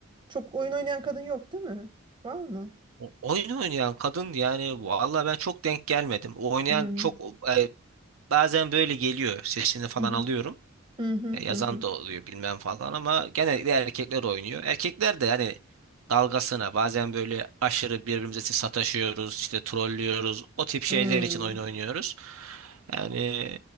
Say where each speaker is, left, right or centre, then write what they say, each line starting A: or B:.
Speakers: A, on the right; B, on the right.
A: Çok oyun oynayan kadın yok değil mi? Var mı?
B: o- oyun oynayan kadın yani valla ben çok denk gelmedim. O Oynayan
A: Hmm.
B: çok e, bazen böyle geliyor. Sesini falan
A: Hı hı.
B: alıyorum.
A: Hı hı
B: E, yazan
A: hı hı.
B: da oluyor bilmem falan ama genellikle erkekler oynuyor. Erkekler de yani dalgasına bazen böyle aşırı birbirimize sataşıyoruz, işte trollüyoruz. O tip şeyler
A: Hmm.
B: için oyun oynuyoruz. Yani